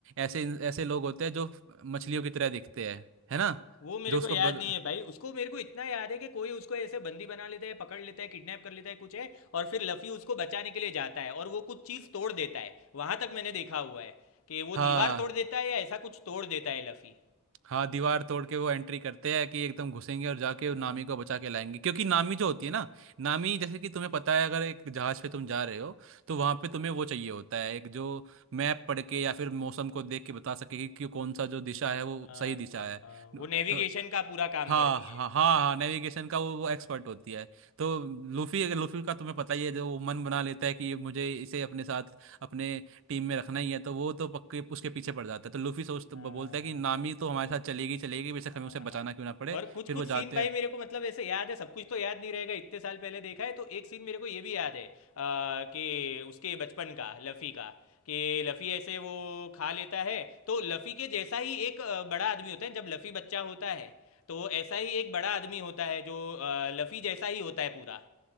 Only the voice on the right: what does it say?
ऐसे ऐसे लोग होते हैं जो मछलियों की तरह दिखते हैं है ना
जो
उसको
बद...
हाँ
हाँ दीवार तोड़ के वो एंट्री करते हैं कि एकदम घुसेंगे और जाके नामी
को बचा के लाएंगे क्योंकि नामी जो होती है ना नामी जैसे कि तुम्हें पता है अगर एक जहाज पे तुम जा रहे हो तो वहां पे तुम्हें वो चाहिए होता है एक जो मैप पढ़ के या फिर मौसम को देख के बता सके कि कि कौन सा जो दिशा है वो
सही दिशा
है
तो
हाँ
हाँ
हाँ हाँ नेविगेशन का वो, वो एक्सपर्ट होती है तो लूफी लूफी का तुम्हें पता ही है जो वो मन बना लेता है कि मुझे इसे अपने साथ अपने टीम में रखना ही है तो वो तो पक्के उसके पीछे पड़ जाता है तो लूफी सोच बोलता
है
कि नामी तो हमारे साथ चलेगी चलेगी बेशक
हमें उसे बचाना
क्यों ना पड़े
फिर
वो जाते
हैं